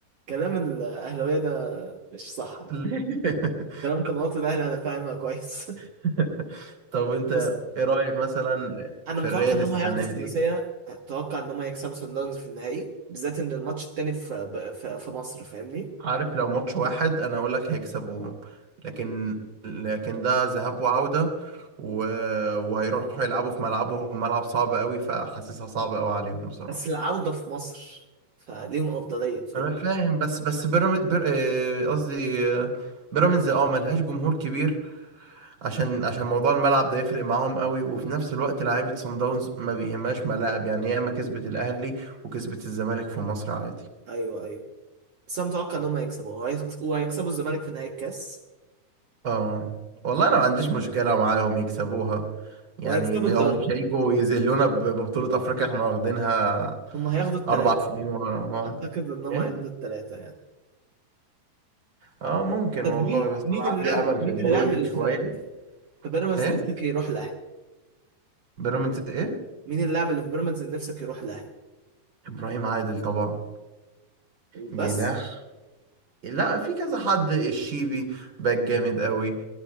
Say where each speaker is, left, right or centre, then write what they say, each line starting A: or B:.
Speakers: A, on the right; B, on the right.
A: كلام الاهلاويه ده مش صح على
B: ليه
A: فكره كلام قنوات الاهلي انا فاهمها كويس
B: <laughs> طب
A: <laughs>
B: انت
A: بص
B: ايه رأيك مثلا
A: انا
B: في
A: متوقع
B: الريال
A: ان
B: السنة
A: هم هياخدوا الثلاثيه
B: دي
A: اتوقع ان هم هيكسبوا سان داونز في النهائي بالذات ان الماتش التاني في ب- في في مصر فاهمني
B: عارف لو ماتش واحد انا اقول لك هيكسبوهم لكن لكن ده ذهاب وعودة و... وهيروحوا يلعبوا في ملعبهم ملعب صعب قوي فحاسسها صعبة قوي عليهم بصراحة
A: بس العوده في مصر فليهم افضليه فاهمني
B: انا فاهم بس بس بيراميدز بير... آه، قصدي آه، بيراميدز اه ملهاش جمهور كبير عشان عشان موضوع الملعب ده يفرق معاهم قوي وفي نفس الوقت لعيبة صن داونز ما بيهمهاش ملاعب يعني ياما كسبت الاهلي وكسبت الزمالك في مصر عادي
A: ايوه ايوه بس انا متوقع ان هم هيكسبوا وهيكس- وهيكسبوا الزمالك في نهائي الكاس
B: اه والله انا ما عنديش مشكلة معاهم يكسبوها يعني
A: وهيكسبوا
B: م-
A: الدوري
B: هم مش هيجوا يذلونا ب- ببطولة افريقيا احنا واخدينها
A: هم هياخدوا الثلاثه
B: اربع سنين ورا بعض
A: اعتقد ان هم
B: ايه
A: هياخدوا الثلاثه يعني
B: اه ممكن
A: طب
B: والله
A: مين
B: بس
A: مين
B: انا عندي
A: اللاعب
B: امل
A: مين
B: في الدوري
A: اللاعب اللي
B: شوية
A: في في بيراميدز
B: ايه
A: نفسك يروح الاهلي
B: بيراميدز ايه
A: مين اللاعب اللي في بيراميدز اللي نفسك يروح الاهلي
B: ابراهيم عادل طبعا
A: وبس
B: جناح لا في كذا حد الشيبي باك جامد قوي